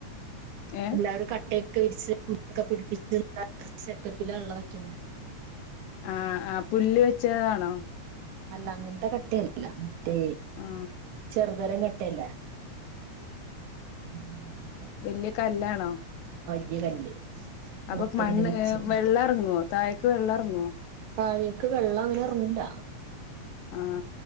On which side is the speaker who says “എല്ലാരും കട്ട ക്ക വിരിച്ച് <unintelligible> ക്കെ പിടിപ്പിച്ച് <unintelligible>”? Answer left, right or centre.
Right